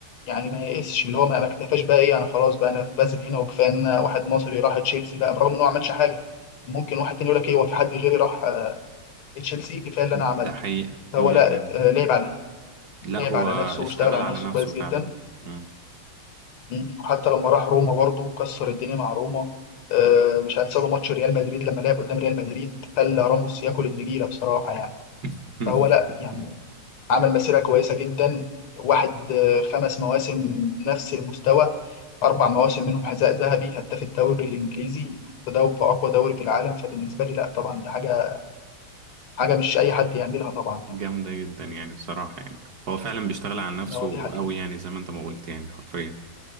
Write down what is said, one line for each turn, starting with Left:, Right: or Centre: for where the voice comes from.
Left: يعني ما يئسش اللي هو ما ما اكتفاش بقى ايه انا خلاص بقى انا في بازل هنا وكفايه ان انا واحد مصري راح تشيلسي بقى برغم ان هو ما عملش حاجه ممكن واحد تاني يقول لك ايه هو في حد غيري راح تشيلسي كفايه اللي انا عملته
Right: ده حقيقة
Left: هو
Right: امم
Left: لا آه، لعب على
Right: لا
Left: لعب
Right: هو
Left: على نفسه
Right: اشتغل
Left: واشتغل على
Right: على
Left: نفسه
Right: نفسه
Left: كويس
Right: فعلا
Left: جدا
Right: امم
Left: مم. حتى لما راح روما برضه كسر الدنيا مع روما آه، مش هنساله ماتش ريال مدريد لما لعب قدام ريال مدريد خلى راموس ياكل النجيله بصراحه يعني
Right: <laughs>
Left: فهو لا يعني عمل مسيره كويسه جدا واحد آه، خمس مواسم نفس المستوى اربع مواسم منهم حذاء ذهبي هداف الدوري الانجليزي في دو- في اقوى دوري في العالم فبالنسبه لي لا طبعا ده حاجه حاجه مش اي حد يعملها طبعا
Right: جامدة
Left: يعني
Right: جدا يعني بصراحة يعني هو فعلا بيشتغل على نفسه
Left: اه دي حقيقه
Right: قوي يعني زي ما انت ما قلت يعني حرفيا